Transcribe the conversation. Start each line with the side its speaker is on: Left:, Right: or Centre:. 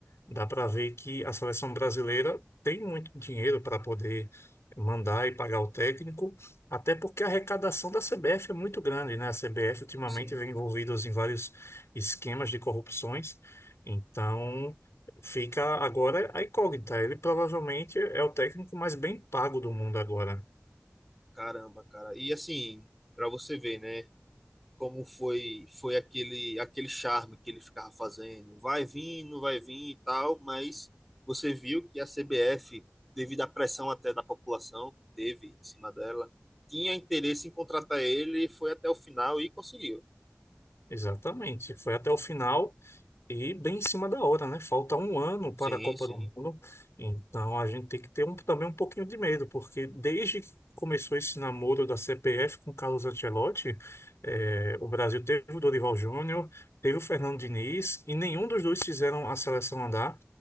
Left: Dá para ver que a seleção brasileira tem muito dinheiro para poder mandar e pagar o técnico, até porque a arrecadação da CBF é muito grande, né? A CBF ultimamente
Centre: sim.
Left: vem envolvida em vários esquemas de corrupções, então fica agora a incógnita. Ele provavelmente é o técnico mais bem pago do mundo agora.
Centre: Caramba, cara. E assim, para você ver, né? Como foi foi aquele aquele charme que ele ficava fazendo. Vai vir, não vai vir e tal, mas você viu que a CBF, devido à pressão até da população que teve em cima dela, tinha interesse em contratar ele, foi até o final e conseguiu.
Left: Exatamente. Foi até o final. E bem em cima da hora, né? Falta um ano
Centre: Sim,
Left: para a Copa
Centre: sim.
Left: do Mundo, então a gente tem que ter um- também um pouquinho de medo, porque desde que começou esse namoro da CPF com Carlos Ancelotti, eh, o Brasil teve o Dorival Júnior, teve o Fernando Diniz, e nenhum dos dois fizeram a seleção andar.